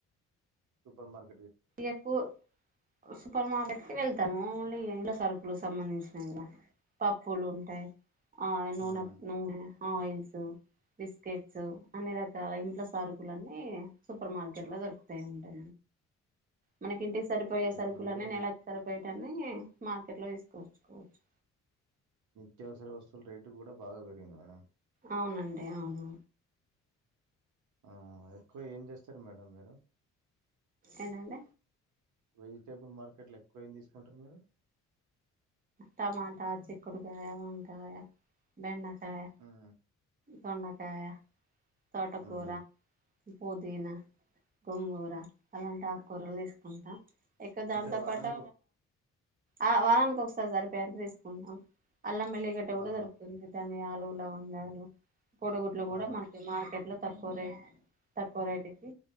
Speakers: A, on the right; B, on the right.
A: సుపర్ మార్కట్
B: ఎక్కుసూపర్ మార్కెట్ కి వెళ్తు తముఇండ్ల సరుకులు సంబంధించినవి కద పప్పులు ఉంటాయి ఆ నూనె
A: ఉమ్
B: నూనె ఆయిల్స్ బిస్ కెట్స్ అన్ని రకాల ఇంట్ల సరుకులన్నీ సూపర్ మార్కెట్ లో దొరుకుతా ఉంటా మనకి ఇంటికి సరిపోయే సరుకులని
A: ఇప్పుడు ని
B: నెలాకి సరిపోయేటన్ని మార్కెట్ లో తీసుకోవచ్చుకోవచ్చు
A: నిత్యావసర వస్తువులు రేట్ కూడా బాగా పెరిగింది మేడం
B: అవునండి అవును
A: ఆ ఎక్కువ ఏం చేస్తారు మేడం మీరు
B: ఎంట అంట
A: వెజిటేబుల్ మార్కెట్లో ఎక్కువయింది తీసుకుంటారు మీరు
B: టమాటా చిక్కుడుకాయయా వకాయా బెండకాయయా
A: ఉమ్
B: దొండకాయ తోటకూర
A: ఉమ్
B: పుదీనా గొంగూర అలాంటి ఆకూరలు తీసుకుంటాం ఎక్కువ దాంతో
A: అంటే వారానికి
B: పాటు
A: ఒక
B: ఆ వారానికి ఒకసారి సరిపో అంత తీసుకుంటాం అల్లం మెల్లిగట్ట కూడా
A: ఆ
B: దొరుకుతుంది ధనియాలు లవంగాలు కోడిగుడ్లు కూడా
A: ఆ
B: మనకి మార్కెట్ లో తక్కువ రే ట్ తక్కువ రేటుకి